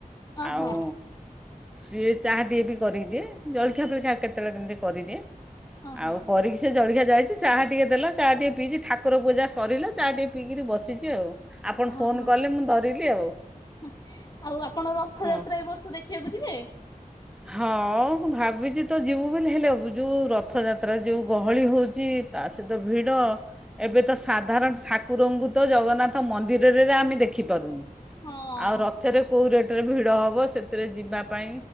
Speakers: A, on the left (about 30°); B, in the centre.
A: ଓହୋ
B: ଆଉ ସିଏ ଚାହା ଟିକେ ବି କରିକିଦିଏ, ଜଳଖିଆ ଫଳଖିଆ ଆ, କେତେବେଳେ କେମିତି କରିଦିଏ।
A: ଓହୋ
B: ଆଉ କରି ସେ ଜଳଖିଆ ଯାଇଚି ଚାହା ଟିକେ ଦେଲା ଚା ଟିକିଏ ପିଇଚି, ଠାକୁର ପୂଜା ସରିଲେ ଚା ଟିକିଏ ପିଇିକିରି ବସିଚି ଆଉ। ଆପଣ
A: ଓ
B: ଫୋନ୍
A: ହଁ,
B: କଲେ ମୁଁ ଧରିଲି ଆଉ
A: ହଁ ଆଉ ଆପଣ ରଥଯାତ୍ରା
B: ହଁ
A: ଏ ବର୍ଷ ଷ ଦେଖିବାକୁ ଯିବେ?
B: ହଁ ମୁଁ ଭାବିଚି ତ ଯିବୁ ବୋଲି ହେଲେ ଯୋଉ ରଥଯାତ୍ରା ରେ ଯୋଉ ଗହଳି ହଉଛି ତା ସହିତ ଭିଡ଼। ଏବେ ତ ସାଧାରଣ ଠାକୁରଙ୍କୁ ତ ଜଗନ୍ନାଥ ମନ୍ଦିରରେ ରେ ଆମେ ଦେଖିପାରୁନୁ।
A: ହଁ
B: ଆଉ ରଥରେ କୋଉ ରେଟ୍ ରେ ଭିଡ଼ ହବ ସେଥିରେ ଯିବା ପାଇଁ